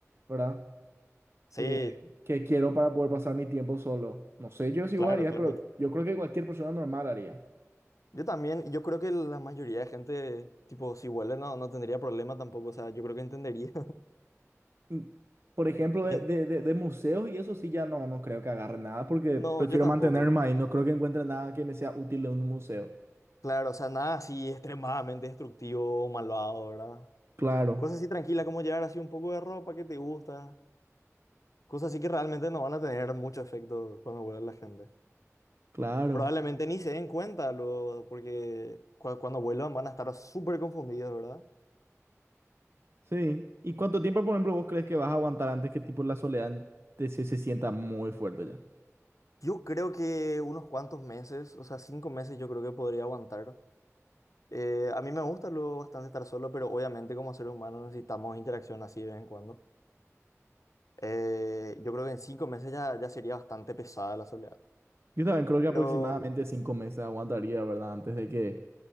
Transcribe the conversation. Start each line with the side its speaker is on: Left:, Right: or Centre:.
Right: ¿verdad?
Left: Sí,
Right: eh, que quiero para poder pasar mi tiempo solo. No sé yo si
Left: claro,
Right: vos harías,
Left: claro.
Right: pero yo creo que cualquier persona normal haría.
Left: Yo también, yo creo que la mayoría de gente, tipo, si vuelve no, no tendría problema tampoco, o sea, yo creo que entendería.
Right: Y, Por ejemplo,
Left: <laughs> Bien,
Right: de, de- de- de museos y eso sí ya no, no creo que agarre nada porque
Left: No,
Right: prefiero
Left: yo tampoco.
Right: mantenerme ahí. No creo que encuentre nada que me sea útil de un museo.
Left: Claro, o sea, nada así extremadamente destructivo o malvado, ¿verdad?
Right: Claro,
Left: Cosas así tranquilas como llevar así un poco de ropa que te gusta. Cosas así que realmente no van a tener mucho efecto cuando vuelva la gente.
Right: claro.
Left: Probablemente ni se den cuenta, luego, porque cua- cuando vuelvan van a estar súper confundidos, ¿verdad?
Right: Sí. ¿Y cuánto tiempo, por ejemplo, vos crees que vas a aguantar antes que tipo la soledad te- se, se sienta muy fuerte ya?
Left: Yo creo que unos cuantos meses, o sea, cinco meses yo creo que podría aguantar. Eh, a mí me gusta luego bastante estar solo, pero obviamente como seres humanos necesitamos interacción así de vez en cuando. Eh, yo creo que en cinco meses ya, ya sería bastante pesada la soledad.
Right: Yo también creo que
Left: Pero
Right: aproximadamente cinco meses aguantaría, ¿verdad? Antes de que